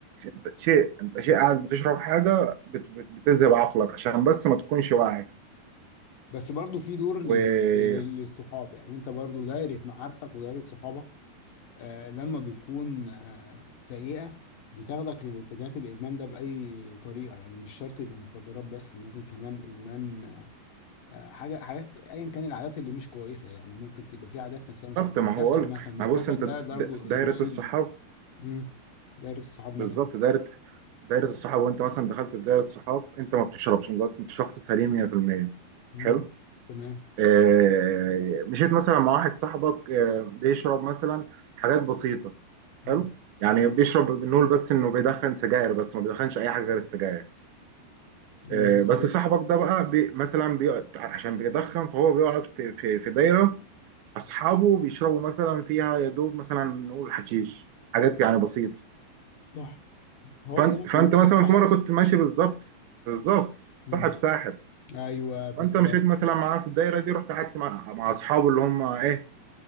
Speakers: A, on the right; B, on the left.
A: انت شيء انت شيء قاعد بتشرب حاجه بت بت بتذهب عقلك عشان
B: صح
A: بس ما تكونش واعي
B: بس برضو في دور
A: وبالظبط
B: لل- لل- للصحاب يعني انت برضو دايرة معارفك ودايرة صحابك آه لما بتكون آه سيئة بتاخدك للاتجاهات الإدمان ده بأي طريقة يعني مش شرط يبقى مخدرات بس ممكن كمان إدمان آه حاجة حاجات أيا كان العادات اللي مش كويسة يعني ممكن تبقى في عادات نفسها مش كويسة
A: ما
B: الكسل
A: هو قلت
B: مثلا ما
A: ما
B: الكسل
A: بص انت
B: ده برضو
A: د- دايره
B: إدمان
A: الصحاب
B: مم. دايرة الصحاب مالها
A: بالظبط دايره دايره الصحاب وانت مثلا دخلت في دايره صحاب انت ما بتشربش انت شخص سليم 100%
B: مم.
A: حلو
B: تمام
A: آه، مشيت مثلا مع واحد صاحبك آه، بيشرب مثلا حاجات بسيطة
B: مم.
A: حلو يعني بيشرب بنقول بس انه بيدخن سجاير بس ما بيدخنش اي حاجة غير السجاير
B: الموضوع
A: آه، بس
B: بي-
A: صاحبك ده بقى بي مثلا بيقعد عشان بيدخن فهو بيقعد في في في دايرة اصحابه بيشربوا مثلا فيها يا دوب مثلا نقول حشيش حاجات يعني بسيطة
B: صح هو
A: فانت
B: زي ما بيقولوا
A: فانت مثلا
B: صاحب
A: في مرة كنت ماشي بالظبط بالظبط
B: مم.
A: صاحب ساحب
B: ايوه بالظبط
A: فانت مشيت مثلا معاه في الدايرة دي رحت قعدت مع مع اصحابه اللي هم ايه